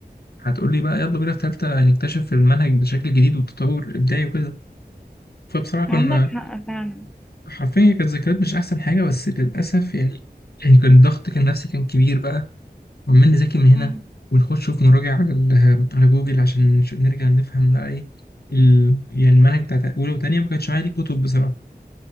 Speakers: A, on the left; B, in the centre.
A: هتقولي بقى يلا بينا في تالتة نكتشف المنهج بشكل جديد والتطور الإبداعي وكده فبصراحة كنا
B: عندك حق فعلا
A: حرفيا كانت ذكريات مش احسن حاجه بس للاسف يعني يعني كان الضغط كان نفسي كان كبير بقى وعمال نذاكر من هنا
B: امم
A: ونخش في مراجع على ال- <laughs> على جوجل عشان نش- نرجع نفهم بقى ايه ال... يعني المنهج بتاع اولى وتانية ما كانش عادي كتب بصراحه